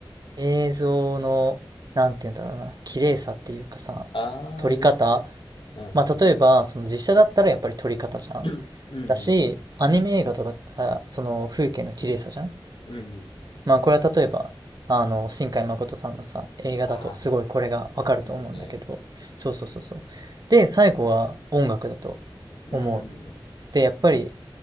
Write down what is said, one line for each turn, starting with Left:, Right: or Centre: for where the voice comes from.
Right: 映像の、なんて言うんだろうな、綺麗さっていうかさ、
Left: ああー意外とねうんうん
Right: 撮り方。まあ、例えば、その実写だったらやっぱり撮り方じゃん。
Left: うんう
Right: だし、
Left: ん
Right: アニメ映画とかだったら、その風景の綺麗さじゃん。
Left: うん。うんうん。
Right: まあ、これは例えば、あの、新海誠さんのさ、映画だとすごいこれがわかると思うんだけど、
Left: ああ、いいよね。
Right: そうそうそうそう。で、最後は音楽だと
Left: うん。
Right: 思う。で、やっぱり